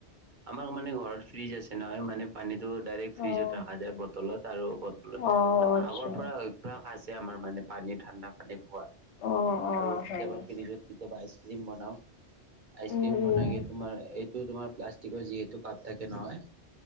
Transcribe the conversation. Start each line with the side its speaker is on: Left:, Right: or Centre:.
Right: আমাৰ মান মানে ঘৰত ফ্ৰীজ আছে নহয় মানে পানীটো ডাইৰেক্ট ফ্ৰিজত
Left: অ
Right: ৰখা যায়, বটলত আৰু বলত
Left: অ আচ্ছা
Right: আগৰ পৰা অভ্যাস আছে আমাৰ মানে পানী ঠাণ্ডা পানী খোৱা
Left: অ অ
Right: আৰু কেতিয়াবা
Left: হয় নেকি
Right: ফ্ৰীজত কেতিয়াবা আইচ ক্ৰীম বনাও, আইচক্ৰীম
Left: উম
Right: বনাই
Left: উম
Right: তোমাৰ ইটো তোমাৰ প্লাষ্টিকৰ যিহেতু কাপ তাকে নহয়